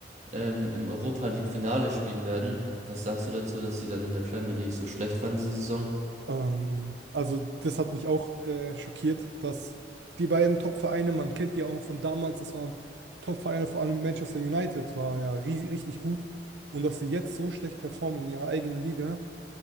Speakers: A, on the right; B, on the right.
A: ähm, im Europa League Finale spielen werden. Was sagst du dazu, dass sie dann in der Premier League so schlecht waren diese Saison?
B: Ähm, also das hat mich auch äh, schockiert, dass die beiden Top-Vereine, man kennt die auch von damals, das waren Top-Vereine, vor allem Manchester United war ja ri- richtig gut. Und dass sie jetzt so schlecht performen in ihrer eigenen Liga,